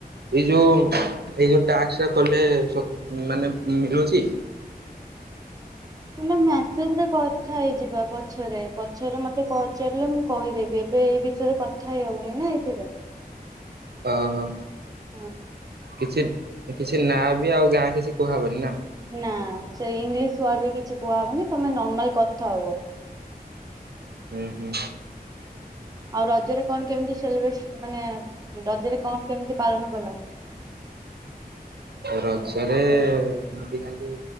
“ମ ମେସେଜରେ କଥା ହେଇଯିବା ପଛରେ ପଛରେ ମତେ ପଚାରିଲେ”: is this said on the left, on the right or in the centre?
Right